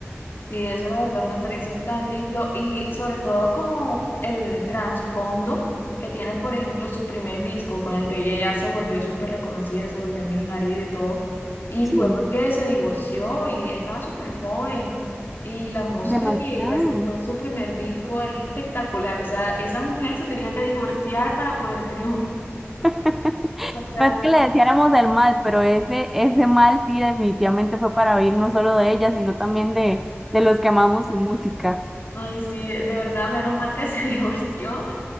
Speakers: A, on the left; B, in the centre.
A: Sí, eso la verdad me parece tan lindo y sobre todo como el trasfondo que tiene, por ejemplo, su primer disco con el que ella ya se volvió súper reconocida, se volvió millonaria y de todo. Y fue
B: Sí.
A: porque se divorció y ella estaba súper joven. Y la música
B: Demasiado.
A: que ella sacó en su primer disco es espectacular. O sea, esa mujer se tenía que divorciar para poder triunfar. <laughs>
B: <laughs>
A: O sea,
B: No es que le deseáramos el mal, pero ese, ese mal sí definitivamente fue para bien, no solo de ella, sino también de, de los que amamos su música.
A: ay, sí, de verdad, menos mal que se <laughs> divorció